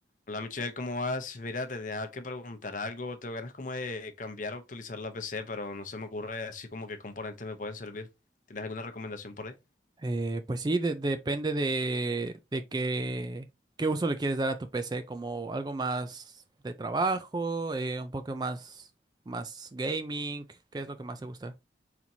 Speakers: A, on the left; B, on the right.
A: Hola Michelle, ¿cómo vas? Mira, te tenía que preguntar algo. Tengo ganas como de cambiar o actualizar la PC, pero no se me ocurre así como qué componentes me pueden servir. ¿Tienes alguna recomendación por ahí?
B: Eh, pues sí, de- depende de, de qué, qué uso le quieres dar a tu PC, como algo más de trabajo, eh, un poco más, más gaming, ¿qué es lo que más te gusta?